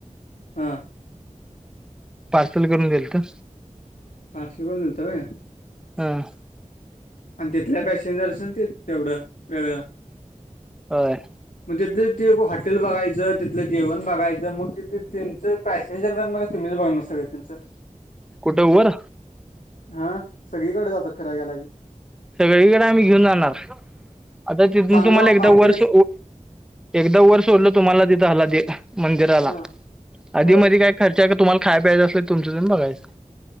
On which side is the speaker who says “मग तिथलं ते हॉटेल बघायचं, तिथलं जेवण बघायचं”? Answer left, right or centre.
Left